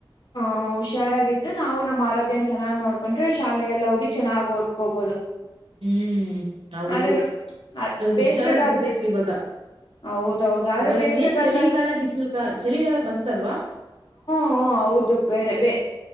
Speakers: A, on the left; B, on the right.
A: ಆ ಹುಷಾರಾಗಿದ್ರೆ ನಾವು ನಮ್ಮ ಆರೋಗ್ಯನ ಚನಾಗಿ ನೋಡ್ಕೊಂಡ್ರೆ ಶಾಲೆಗೆಲ್ಲ ಹೋಗಿ ಚೆನ್ನಾಗಿ ಓದ್ಕೋಬಹುದು
B: ಹ್ಮ್ ಹೌದು
A: ಅದೇನು ಅ
B: ಅದು ಹುಷಾರಾಗಿರ್ಬೇಕು
A: ಬೇಸಿಗೆಗಾಲದ
B: ಇವಾಗ
A: ಹೌದೌದು ಆದ್ರೆ
B: ಇವಾಗ
A: ಬೇಸಿಗೆಗಾಲದಲ್ಲಿ
B: ಇನ್ನೇನ್ ಚಳಿಗಾಲ ಬಿಸಿಲುಕಾ ಚಳಿಗಾಲ ಬಂತಲ್ವಾ
A: ಹ ಹೌದು ಬರೆ ಬೇ